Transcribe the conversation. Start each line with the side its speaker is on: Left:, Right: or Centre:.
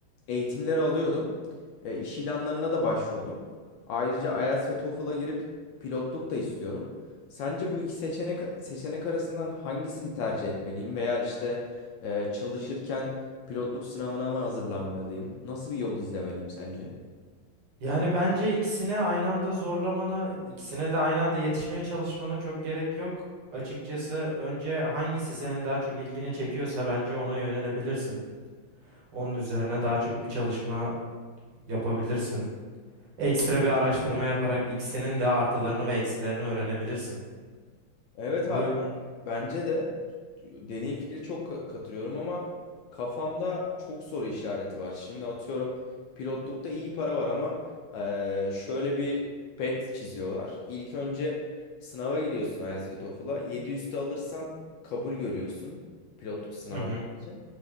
Left: eğitimleri alıyordum. E, iş ilanlarına da başvurdum. Ayrıca IELTS ve TOEFL'a girip pilotluk da istiyorum. Sence bu iki seçenek seçenek arasından hangisini tercih etmeliyim veya işte e, çalışırken Pilotluk sınavına mı hazırlanmalıyım? Nasıl bir yol izlemeliyim sence?
Right: Yani bence ikisine aynı anda zorlamana, ikisine de aynı anda yetişmeye çalışmana çok gerek yok. Açıkçası önce hangisi senin daha çok ilgini çekiyorsa bence ona yönelebilirsin. Onun üzerine daha çok bir çalışma yapabilirsin. Ekstra bir araştırma yaparak ikisinin de artılarını ve eksilerini öğrenebilirsin.
Left: Evet
Right: Bu
Left: abi bence de dediğin fikri çok ka- katılıyorum ama kafamda çok soru işareti var. Şimdi atıyorum pilotlukta iyi para var ama eee, şöyle bir pet çiziyorlar. İlk önce sınava giriyorsun IELTS ve TOEFL'a. yedi üstü alırsan kabul görüyorsun pilotluk sınavları
Right: Hı hı,
Left: için.